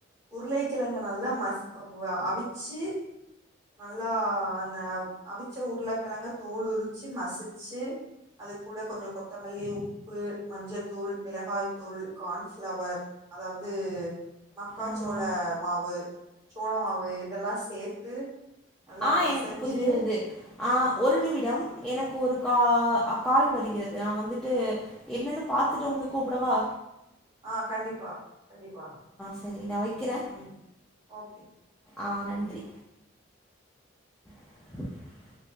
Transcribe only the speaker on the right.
உருளைக்கிழங்கு நல்லா ம அவிச்சு நல்லா அந்த அவிச்ச உருளைக்கிழங்க தோல் உரிச்சு மசிச்சு அது கூட கொஞ்சம் கொத்தமல்லி உப்பு மஞ்சத்தூள் மிளகாய் தூள் கார்ன்ப்ளவர் அதாவது மக்காச்சோள
மாவு சோள மாவு இதெல்லாம் சேத்து நல்லா
பெசஞ்சு
ஆ கண்டிப்பா கண்டிப்பா
ம் ஓகே